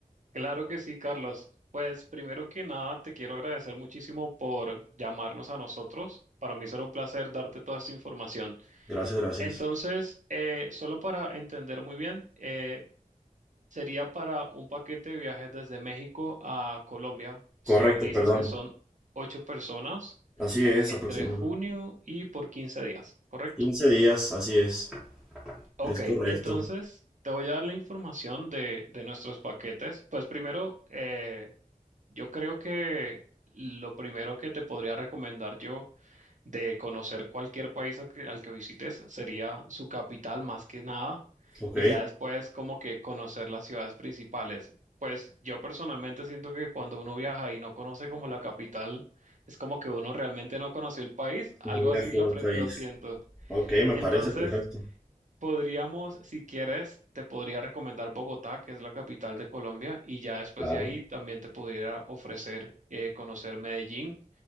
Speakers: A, on the right; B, in the centre.
A: Claro que sí, Carlos. Pues primero que nada, te quiero agradecer muchísimo por llamarnos a nosotros. Para mí será un placer darte toda esta información.
B: Gracias, gracias.
A: Entonces, eh, solo para entender muy bien, eh, Sería para un paquete de viajes desde México a Colombia. So-
B: Correcto,
A: me dices
B: perdón.
A: que son ocho personas
B: Así es,
A: entre
B: aproximadamente.
A: junio y por 15 días, ¿correcto?
B: quince días, así es.
A: Ok,
B: Es correcto.
A: entonces te voy a dar la información de, de nuestros paquetes. Pues primero, eh, yo creo que lo primero que te podría recomendar yo de conocer cualquier país al que, al que visites sería su capital más que nada
B: Ok.
A: y ya después como que conocer las ciudades principales. Pues yo personalmente siento que cuando uno viaja y no conoce como la capital, es como que uno realmente no conoció el país, algo
B: No viajó
A: así lo,
B: al
A: pre-
B: país.
A: lo siento.
B: Ok, me
A: Entonces...
B: parece perfecto.
A: Podríamos, si quieres, te podría recomendar Bogotá, que es la capital de Colombia, y ya después
B: Claro.
A: de ahí también te pudiera ofrecer eh, conocer Medellín